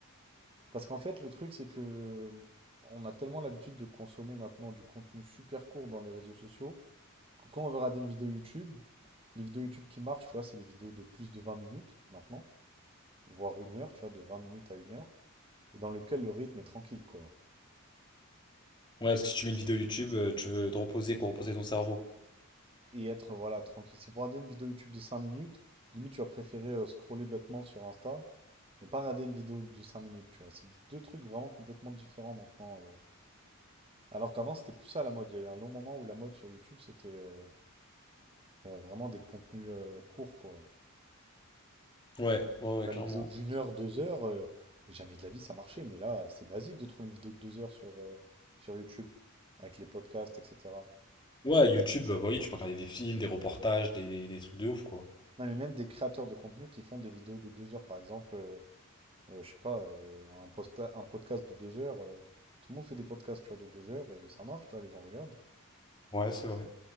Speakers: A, on the right; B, on the left.
A: Parce qu'en fait, le truc, c'est que on a tellement l'habitude de consommer maintenant du contenu super court dans les réseaux sociaux que quand on veut regarder une vidéo YouTube, les vidéos YouTube qui marchent, tu vois, c'est les vidéos de plus de 20 minutes maintenant, voire une heure, tu vois, de 20 minutes à une heure, et dans lequel le rythme est tranquille, quoi.
B: Ouais, parce que si tu mets une vidéo YouTube, euh, tu veux te reposer, quoi, reposer ton cerveau.
A: Et être, voilà, tranquille. C'est pour regarder une vidéo YouTube de 5 minutes, limite, tu vas préférer euh, scroller bêtement sur Insta, mais pas regarder une vidéo de 5 minutes, tu vois. C'est deux trucs vraiment complètement différents maintenant. euh. Alors qu'avant, c'était plus ça la mode. Il y a eu un long moment où la mode sur YouTube, c'était. euh, Euh, vraiment des contenus euh, courts, quoi.
B: Ouais, ouais, ouais,
A: Bah,
B: clairement.
A: les vidéos d'une heure, deux heures, euh, jamais de la vie ça marchait, mais là, c'est basique de trouver une vidéo de deux heures sur, euh, sur YouTube, avec les podcasts, etc.
B: Ouais, YouTube, euh, bah oui, tu peux regarder des films, des reportages, des, des- des trucs de ouf, quoi.
A: Non, mais même des créateurs de contenu qui font des vidéos de deux heures, par exemple. euh, Euh, je sais pas, euh, un, posta- un podcast de deux heures, euh, tout le monde fait des podcasts, tu vois, de deux heures et ça marche, tu vois, les gens regardent.
B: Ouais, c'est vrai.